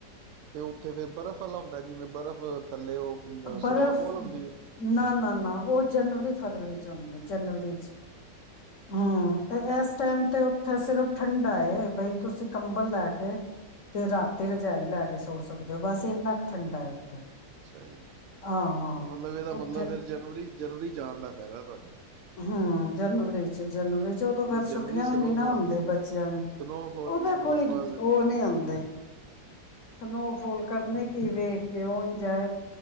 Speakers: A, on the right; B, on the left.
A: ਤੇ ਉੱਥੇ ਫੇਰ ਬਰਫ਼ ਵਾਲਾ ਹੁੰਦਾ ਜਿਵੇਂ ਬਰਫ਼ <inaudible> ਉਹ
B: ਬਰਫ਼,
A: ਸਨੋਫੋਲ ਹੁੰਦੀ ਹੈ
B: ਨਾ-ਨਾ-ਨਾ ਉਹ ਜਨਵਰੀ-ਫਰਵਰੀ ਚ ਆਦੀ ਜਨਵਰੀ ਚ ਹੂੰ ਤੇ ਇਸ ਟਾਈਮ ਤੇ ਉੱਥੇ ਸਿਰਫ ਠੰਡਾ ਬਈ ਤੁਸੀਂ ਕੰਬਲ ਲੈ ਕੇ ਤੇ ਰਾਤੀ ਰਜਾਈ ਲੈ ਕੇ ਸੋ ਸਕਦੇ ਹੋ ਬਸ ਇੰਨਾ ਕੁ ਠੰਡਾ ਹੈ ਉੱਥੇ,
A: ਅੱਛਾ ਜੀ,
B: ਹਾਂ-ਹਾਂ
A: ਮਤਲਬ ਇਹਦਾ ਮਤਲਬ
B: ਉੱਥੇ
A: ਫਿਰ ਜਨਵਰੀ ਜਨਵਰੀ ਜਾਣ ਦਾ ਫਾਇਦਾ ਤੁਹਾਡੇ ਕੋ
B: ਹਮ ਜਨਵਰੀ ਚ ਜਨਵਰੀ ਚ ਉਦੋਂ
A: ਕਿਉਂਕਿ
B: ਫੇਰ
A: ਜਨਵਰੀ
B: ਛੁੱਟੀਆਂ
A: ਸਨੋਫਾਲ
B: ਵੀ ਨੀ ਨਾ ਹੁੰਦੇ ਬੱਚਿਆਂ ਨੂੰ
A: ਸਨੋਫਾਲ
B: ਉਹ ਤਾਂ
A: ਸਨੋਫਾਲ
B: ਕੋਈ ਉਹ ਨੀ ਆਉਂਦੇ ਸਨੋਫੋਲ ਕਰਨੇ ਕੀ ਵੇਖ ਕੇ ਉਹ ਜਨਵਰੀ